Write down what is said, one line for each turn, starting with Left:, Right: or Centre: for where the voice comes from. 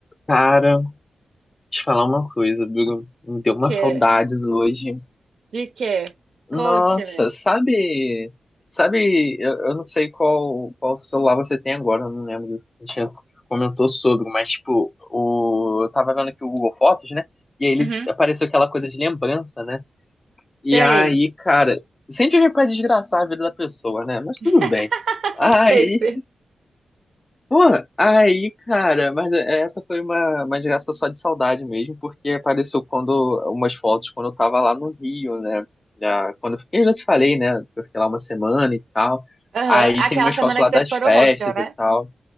Left: Cara, te falar uma coisa, Bruno. Me deu
Right: O
Left: umas
Right: quê?
Left: saudades hoje.
Right: De quê?
Left: Nossa,
Right: Conte-me.
Left: sabe? Sabe, eu, eu não sei qual, qual celular você tem agora, eu não lembro. A gente já comentou sobre, mas tipo, o, eu tava vendo aqui o Google Fotos, né? E aí ele
Right: Uhum.
Left: apareceu aquela coisa de lembrança, né? E
Right: Sei.
Left: aí, cara, sempre a gente pode desgraçar a vida da pessoa, né? Mas
Right: <laughs>
Left: tudo bem. aí
Right: Sempre.
Left: Pô, aí, cara, mas é, essa foi uma, uma geração só de saudade mesmo, porque apareceu quando umas fotos quando eu tava lá no Rio, né? Já- quando eu fiquei, eu já te falei, né? que Eu fiquei lá uma semana e tal.
Right: Aham.
Left: Aí
Right: Aquela
Left: tem umas
Right: semana
Left: fotos lá
Right: que você
Left: das
Right: ficou no
Left: festas
Right: hostel, né?
Left: e tal.